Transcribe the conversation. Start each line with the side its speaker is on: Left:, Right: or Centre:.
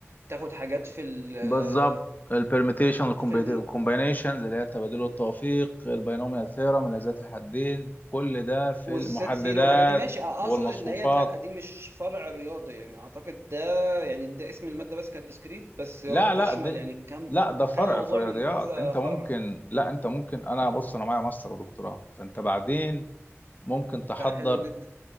Right: تاخد حاجات في ال
Left: بالظبط البرميتيشن
Right: في
Left: الكومبينيشنز اللي هي التبادل والتوفيق البينوميال ثيرم الذات الحدين كل ده في
Right: والست
Left: المحددات
Right: ثيري والحاجات دي ماشي اقصد
Left: والمصفوفات
Right: ان هي لا دي مش فرع رياضي يعني اعتقد ده يعني ده اسم الماده بس كانت ديسكريت بس هو
Left: لا
Right: بتشمل
Left: لا دي
Right: يعني كم
Left: لا ده فرع
Right: كم موضوع
Left: في الرياضيات
Right: من كذا
Left: انت
Right: فرع
Left: ممكن لا انت ممكن انا بص انا معايا ماستر ودكتوراه فانت بعدين ممكن تحضر
Right: ده حلو جدا